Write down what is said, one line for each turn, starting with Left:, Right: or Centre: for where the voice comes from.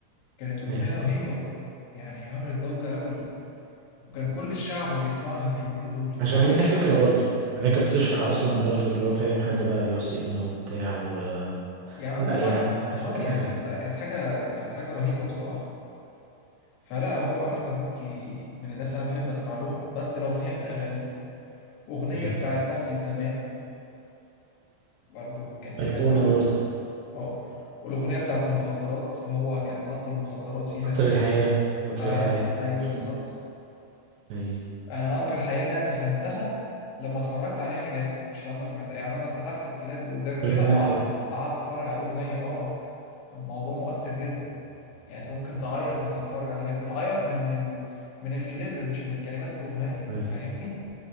Left: كانت اغنيه
Right: أيوة
Left: رهيبه يعني عملت ضجه قوي وكان كل الشعب بيسمعها في اليومين دول كان
Right: عشان
Left: كل
Right: هي
Left: الشعب
Right: فكرة برضه يعني هي كانت بتشرح أصلا برضه اللي هو فاهم حد بقى بيوصي ابنه وبتاع و...
Left: يا عم
Right: لا
Left: ده
Right: هي
Left: حد
Right: عامة كانت
Left: اه
Right: فكرة
Left: يعني
Right: حلوة
Left: لا كانت حاجة كانت حاجة رهيبة بصراحة فلا هو أحمد مكي من الناس أنا بحب أسمع لهم بس لو فهمت أغانيه أغنية
Right: أيوة
Left: بتاعت ناصية زمان برضو كانت
Right: أيقونة
Left: حلوة قوي
Right: برضه
Left: اه والأغنية بتاعت المخدرات اللي هو كان بطل مخدرات فيها
Right: قطر
Left: دي
Right: الحياة قطر
Left: آه
Right: الحياة
Left: أيوه
Right: <laughs>
Left: بالظبط
Right: أيوة
Left: أنا قطر الحياة ده أنا فهمتها لما اتفرجت عليها كليب مش لما سمعتها يعني أنا فتحت الكليب قدامي
Right: كل
Left: كده
Right: الناس
Left: وقعدت
Right: كده
Left: أت- قعدت أتفرج على الأغنية اه الموضوع مؤثر جدا يعني انت ممكن تعيط وانت تتفرج عليها بتعيط من من من الكليب مش من كلمات الأغنية
Right: أيوة
Left: فاهمني